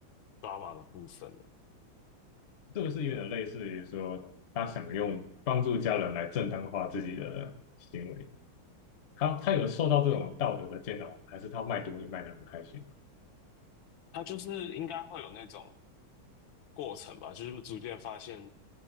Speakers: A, on the left; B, on the left.
A: drama 的部分了。
B: 这个是有点类似于说他想用帮助家人来正当化自己的行为。他他有受到这种道德的煎熬，还是他卖毒也卖得很开心？
A: 他就是应该会有那种过程吧，就是逐渐发现